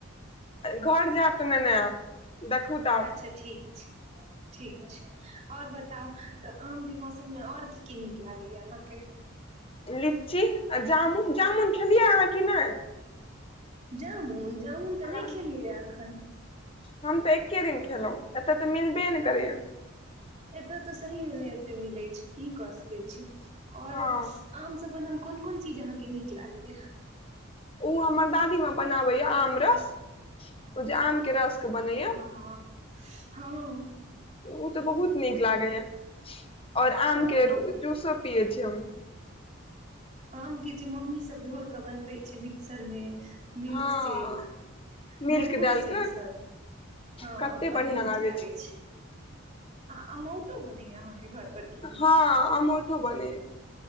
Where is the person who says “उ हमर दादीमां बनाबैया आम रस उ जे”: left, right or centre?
Left